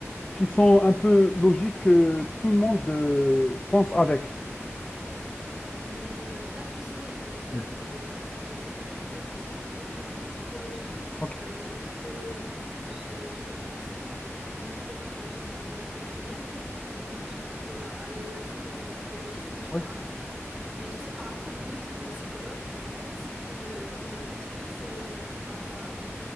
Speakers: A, on the left; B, in the centre.
A: qui sont un peu logiques que tout le monde euh, pense avec.
B: Mais euh, là, tu sais, je suis
A: Mm.
B: d'accord avec toi parce que j'ai fait un petit peu d'études en psychologie
A: Ok,
B: euh, lorsque enfin, j'ai- j'étais en licence et en master euh, gestion des ressources humaines. Donc, on a touché un petit peu à, à l'aspect de psychologie. C'est super
A: ouais.
B: intéressant. Mais tu sais, par rapport au métier de psychologue, moi, ce qui euh, m'embête un petit peu, c'est, euh, enfin,